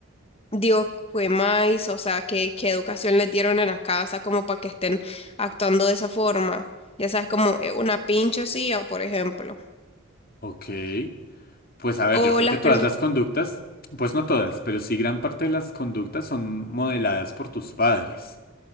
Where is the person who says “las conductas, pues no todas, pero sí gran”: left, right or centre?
Left